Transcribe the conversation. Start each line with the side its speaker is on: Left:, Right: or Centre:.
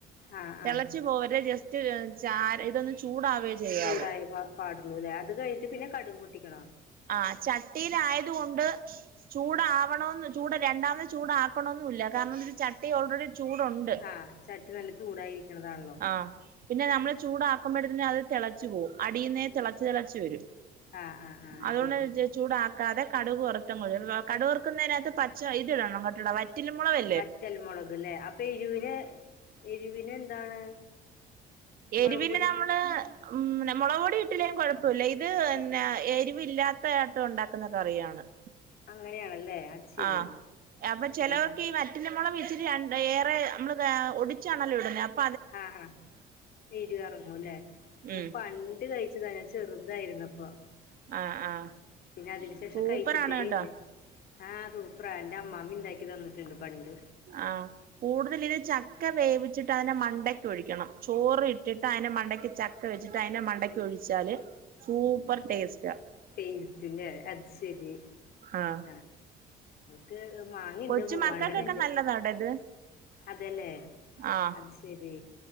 Left: ആ
Right: തെളച്ചു
Left: ആ
Right: പോവര് ജസ്റ്റ് റ്റ് ചാറ് ഇതൊന്ന് ചൂടാവേ ചെയ്യാവൂ
Left: ചൂടായേ പാ പാടുള്ളൂലേ അത് കഴിഞ്ട്ട് പിന്നെ കടുക് പൊട്ടിക്കണോ
Right: ആ ചട്ടിയിലായത് കൊണ്ട് ചൂടാവണംന്ന് ചൂട് രണ്ടാമത് ചൂടാ ക്കണന്നുല്ല കാരണം ത്ന് ചട്ടി ഓൾറെഡി ചൂടുണ്ട്
Left: ആ ചട്ടി നല്ല ചൂടായിരിക്കണതാണല്ലോ
Right: ആഹ് പിന്നെ നമ്മള് ചൂടാക്കുമ്പോഴത്തെന് അത് തിളച്ചു പോവും അടിയിന്നേ തിളച്ചു തിളച്ചു വരും
Left: ആ ആ ആ
Right: അതുകൊണ്ട്
Left: ശരി
Right: ജെ ചൂടാക്കാതെ കടുക് വരുത്തങ്ങു ഒഴി കടുക് വറുക്കുന്നതിനകത്ത് പച്ച ഇത് ഇടണം വറ്റ വറ്റൽ മുളക്
Left: വറ്റൽമുളക് ലേ അപ്പ എരിവിന് എരിവിന് എന്താണ്
Right: എരിവിന്
Left: മുളക് പൊടി
Right: നമ്മള് ഉം മുളക്പൊടി ഇട്ടില്ലേലും കുഴപ്പമല്ല ഇത് പിന്നെ എരിവില്ലാത്തായിട്ടും ഉണ്ടാക്കുന്ന കറിയാണ് <unintelligible>
Left: അങ്ങനെയാണല്ലേ അത് ശരി
Right: ആഹ് അപ്പൊ ചിലവർക്ക്
Left: ഞാൻ
Right: ഈ വറ്റൽ മൊളവ് ഇച്ചിരി രണ്ട് ഏറെ നമ്മള് ഒടിച്ചാണല്ലോ ഇവിടുന്നത് അപ്പോം
Left: ആ ആ എരു എർങ്ങുല്ലേ ഞാൻ
Right: ഉം
Left: പണ്ട് പണ്ട് കഴിച്ചത ഞാൻ ചെറുതായിരുന്നപ്പൊ
Right: ആഹ് ആഹ്
Left: പിന്നെ അതിന് ശേഷം
Right: സൂപ്പറാണ്
Left: കഴിച്ചിട്ടേ
Right: കേട്ടോ
Left: ഇല്ല ആ സൂപ്പറാ എന്റെ അമ്മാമ്മീം ണ്ടാക്കി തന്നിട്ടുണ്ട് പണ്ട്
Right: ആഹ് കൂടുതൽ ഇത് ചക്ക വേവിച്ചിട്ട് അതിന്റെ മണ്ടയ്ക്ക് ഒഴിക്കണം ചോറിട്ടിട്ട് അതിന്റെ മണ്ടക്ക് ചക്ക ചക്ക വെച്ചിട്ട് അയ്ന്റെ മണ്ടക്ക് ഒഴിച്ചാല് സൂപ്പർ ടേസ്റ്റ
Left: ടേസ്റ്റ് ല്ലേ അത് ശരി
Right: ആഹ്
Left: ആ ക്ക് മാങ്ങിണ്ട്
Right: കൊച്ചു
Left: മൂവാണ്ടന്ണ്ട്
Right: മക്കൾക്കൊക്കെ നല്ലതാട്ടോ ഇത്
Left: അതേ ല്ലേ
Right: ആഹ്
Left: അത് ശരി